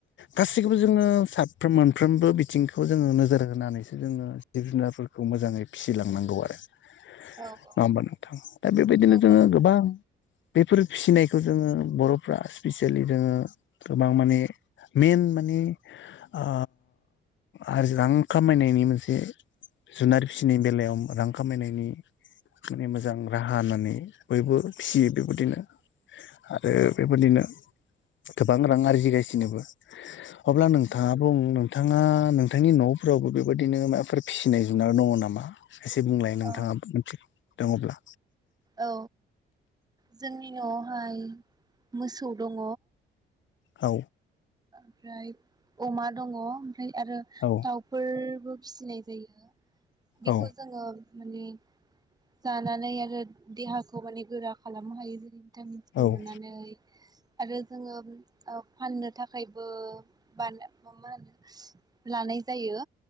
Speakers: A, on the left; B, on the right.
A: गासिबखौबो जोङो साफ्रोम मोनफ्रोमबो बि थिंखौ जोङो नोजोर होनानैसो जोङो जिब जुनारफोरखौ मोजाङै फिसिलांनांगौ आरो नङा
B: औ
A: होमबा नोंथां दा बेबायदिनो
B: नंगौ
A: जोङो
B: नोंथां
A: गोबां बेफोर फिसिनायखौ जोङो बर'फ्रा स्पिसियेलि जोङो गोबां माने मेइन माने ओ हाजिरां खामायनायनि मोनसे जुनार फिसिनायनि बेलायाव रां खामायनायनि माने मोजां राहा होननानै बयबो फिसियो बेबायदिनो आरो बेबायदिनो गोबां रां आरजिगासिनोबो अब्ला नोंथाङा बुं नों थाङा नोंथांनि न'फोरावबो बेबायदिनो मायबाफोर फिसिनाय जुनार दङ' नामा एसे बुंलाय नोंथाङाबो
B: औ
A: मिथि दङ'ब्ला
B: औ जोंनि न'आवहाय मोसौ दङ
A: औ
B: ओमफ्राय अमा दङ' <unintelligible> आरो
A: औ
B: दाउफोर बो फिसिनाय जायो। बेखौ
A: औ
B: जोङो माने जानानै आरो देहाखौ माने गोरा खालामनो हायो जेरै- भिटामिनफोर
A: औ
B: मोननानै आरो जोङो ओ फाननो थाखाय बो बाना मा मा होनो लानाय जायो